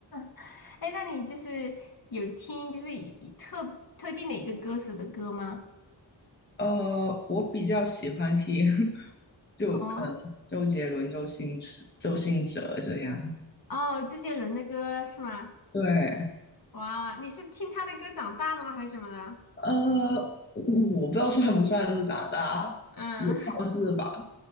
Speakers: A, on the left; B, on the left.
A: <laughs> 哎那你就是有听就是以以特特定的一个歌手的歌吗？
B: 呃，我比较喜欢听，<laughs> 就可能周杰伦、
A: 哦
B: 周星驰、周星哲这样。
A: 哦，周杰伦的歌是吗？
B: 对，
A: 哇，你是听他的歌长大的吗？还是什么的？
B: 呃，我不知道算不算是长大，
A: 嗯，
B: 也算是吧。
A: <laughs>